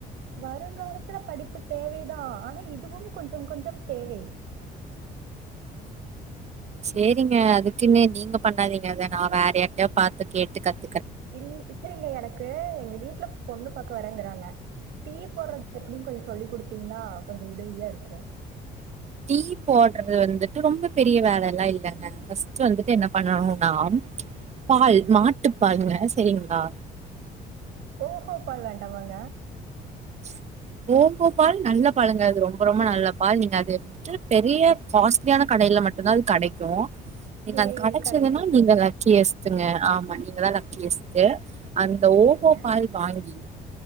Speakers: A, on the right; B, on the right.
A: வருங்காலத்துல படிப்பு தேவைதான் ஆனா இதுவும் கொஞ்சம் கொஞ்சம் தேவை
B: <inaudible> செரிங்க அதுக்குனு நீங்க பண்ணாதீங்க அதை நான் வேற யார்டையோ பாத்து கேட்டு கத்
A: இல் பிரச்சனையிங்க எனக்கு எங்க வீட்ல பொண்ணு பாக்க வரங்குறாங்க டீ போடுறது எப்டினு கொஞ்சோ சொல்லி் குடுத்தீங்கனா கொஞ்சோ உதவியா இருக்கு
B: டீ போடுறது வந்துட்டு ரொம்ப பெரிய வேலைலா இல்லங்க ஃபஸ்ட் வந்துட்டு என்ன பண்ணனுனா பால்
A: ம்
B: மாட்டு பால்ங்க சரிங்ளா
A: ஓஹோ பால் வேண்டாமங்க
B: <inaudible> ஓஹோ பால் நல்ல பாலுங்க அது ரொம்ப ரொம்ப நல்ல பால் நீங்க அது பெரிய காஸ்ட்லியான கடை இதுல மட்டுதான் அது கடைக்கு ஏங்க
A: விலை
B: அது கடைச்சுதுன்னா
A: கடை ஓகே
B: நீங்க
A: ஓகே
B: லக்கியஸ்டுங்க ஆமா நீங்கதான் லக்கியஸ்டு அந்த ஓஹோ
A: சரிங்க
B: பால் வாங்கி